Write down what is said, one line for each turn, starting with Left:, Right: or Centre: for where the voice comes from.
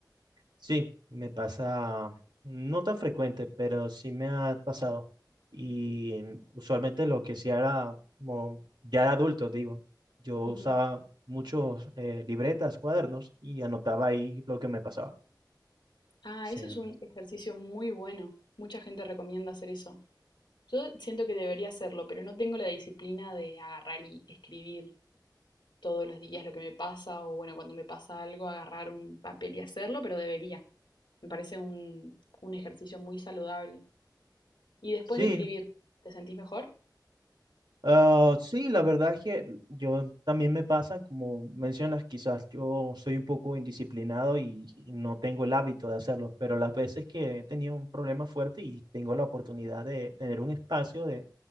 Right: Sí, me pasa no tan frecuente, pero sí me ha pasado. Y mm, usualmente lo que sí era, como ya de adulto, digo, yo
Left: Ujú.
Right: usaba muchos eh, libretas, cuadernos y anotaba ahí lo que me pasaba.
Left: Ah,
Right: Sí.
Left: eso es un ejercicio muy bueno. Mucha gente recomienda hacer eso. Yo siento que debería hacerlo, pero no tengo la disciplina de agarrar y escribir todos los días lo que me pasa o bueno, cuando me pasa algo, agarrar un papel y hacerlo, pero debería. Me parece un, un ejercicio muy saludable. Y después
Right: Sí,
Left: de escribir, ¿te sentís mejor?
Right: ah, sí, la verdad es que yo también me pasa, como mencionas, quizás yo soy un poco indisciplinado y, y no tengo el hábito de hacerlo, pero las veces que he tenido un problema fuerte y tengo la oportunidad de tener un espacio de